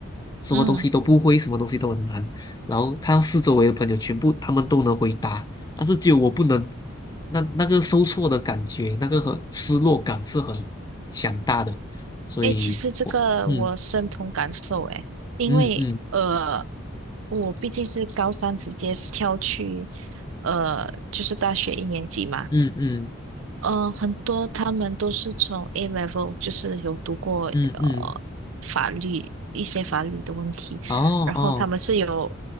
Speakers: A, on the left (about 20°); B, on the right (about 85°).
A: 什么东西都不会，
B: 嗯，
A: 什么东西都很难。然后看到四周围的朋友全部他们都能回答，但是只有我不能，那那个受挫的感觉，那个很失落感是很强大的。所以，
B: 诶，其实这个我深同感受，
A: 嗯
B: 诶，因为呃，
A: 嗯嗯
B: 我毕竟是高三直接跳去。呃，就是大学一年级嘛，
A: 嗯嗯
B: 呃，很多他们都是从 A level，就是有读过呃法律一些法律的问题，
A: 嗯嗯，哦哦，
B: 然后他们是有